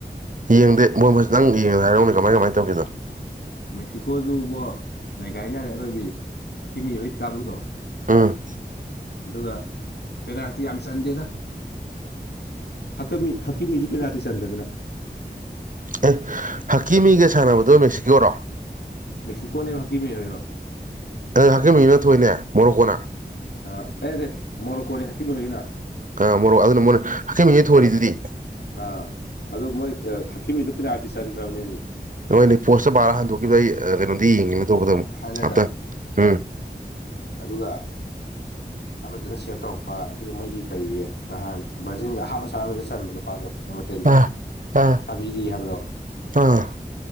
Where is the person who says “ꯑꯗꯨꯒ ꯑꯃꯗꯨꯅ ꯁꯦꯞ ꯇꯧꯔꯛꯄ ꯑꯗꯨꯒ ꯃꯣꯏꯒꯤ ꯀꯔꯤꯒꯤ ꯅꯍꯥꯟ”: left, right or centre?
Left